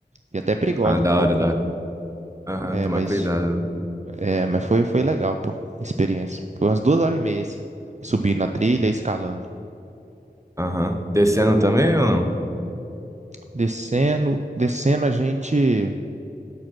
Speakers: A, on the right; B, on the right.
A: e até é perigosa
B: Ah, da
A: um pouco,
B: hora, da hora. Aham,
A: é,
B: tomar
A: mas
B: cuidado, né?
A: é, mas foi foi legal, pô, a experiência. Foi umas duas horas e meia isso, subindo na trilha, e escalando,
B: Aham. Descendo
A: foi bom.
B: também ou não?
A: Descendo, descendo a gente,